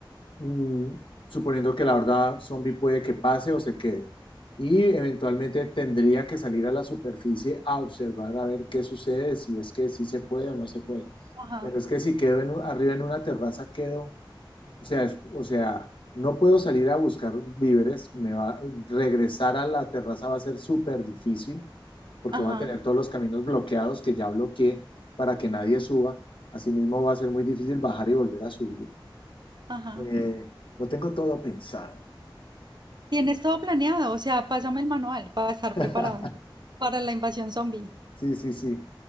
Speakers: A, on the left (about 75°); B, on the right (about 55°).
A: mm, suponiendo que la horda zombie puede que pase o se quede. Y eventualmente tendría que salir a la superficie a observar a ver qué sucede, si es que sí se puede o no se puede.
B: ajá,
A: Pero es que si quedo en un- arriba en una terraza, quedo o sea, es- o sea, no puedo salir a buscar víveres, me va, regresar a la terraza va a ser súper difícil porque
B: ajá,
A: voy a tener todos los caminos bloqueados que ya bloqueé para que nadie suba. Asimismo, va a ser muy difícil bajar y volver a subir.
B: ajá.
A: Eh, lo tengo todo pensado.
B: Tienes todo planeado, o sea, pásame el manual para estar
A: <laughs>
B: preparado para la invasión zombie.
A: Sí, sí, sí.